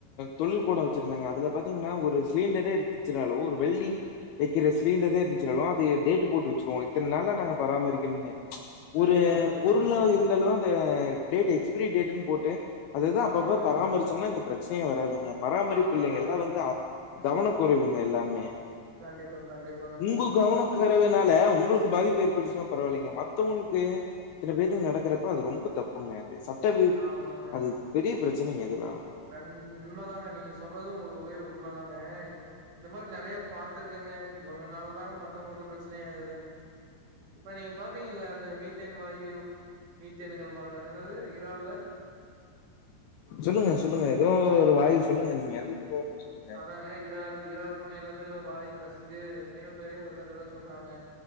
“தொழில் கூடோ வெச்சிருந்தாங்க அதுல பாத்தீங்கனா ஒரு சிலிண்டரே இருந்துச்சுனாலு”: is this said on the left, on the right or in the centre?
Left